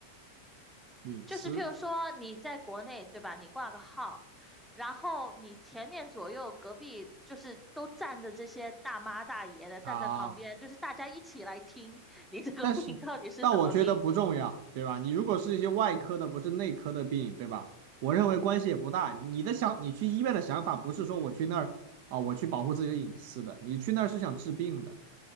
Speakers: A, on the right (about 45°); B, in the centre.
A: 隐私
B: 就是譬如说你在国内，对吧？你挂个号，然后你前面左右隔壁就是都站着这些大妈大爷的，站在旁边，
A: 啊。
B: 就是大家一起来听你这个病到底是什么病。
A: 但是，但我觉得不重要，对吧？你如果是一些外科的，不是内科的病，对吧？我认为关系也不大。你的想，你去医院的想法不是说我去那儿啊、我去保护自己的隐私的，你去那儿是想治病的。